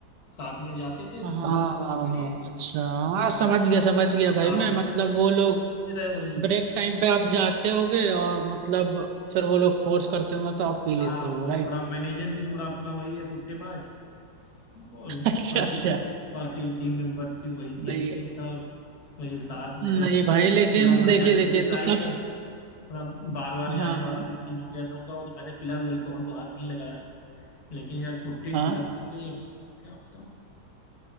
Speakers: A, on the left; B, on the right.
A: साथ में जाते थे
B: हाँ
A: घूमने
B: हाँ
A: वगैरह के
B: हाँ
A: लिए
B: अच्छा हाँ समझ
A: और लाते
B: गया समझ
A: लाते
B: गया
A: साथ
B: भाई मैं
A: में
B: मतलब वो लोग
A: रहे वही
B: ब्रेक टाइम पे आप जाते होगे और मतलब फिर वो लोग फोर्स करते होंगे तो आप पी लेते
A: हाँ
B: हो
A: वो
B: राइट
A: थोड़ा
B: <laughs>
A: मैनेजर भी थोड़ा अपना वही है सुट्टेबाज और
B: अच्छा
A: बाकी
B: अच्छा
A: टीम बाकी टीम मेंबर्स भी वही सेम
B: नहीं
A: सीन था और वही साथ में रह
B: नहीं
A: के
B: भाई
A: कभी
B: लेकिन
A: बोला उन्होंने
B: देखिए
A: यार
B: देखिए
A: तू भी
B: तो
A: ट्राई
B: कब
A: कर
B: स-
A: थोड़ा बार बार जाने
B: हाँ
A: वाला
B: हाँ
A: भी सीन हो गया था उनका वो तो मैंने फिलहाल एल्कोहल को हाथ नहीं लगाया लेकिन यार सुट्टे
B: हाँ
A: की लत लग गई है क्या बताऊँ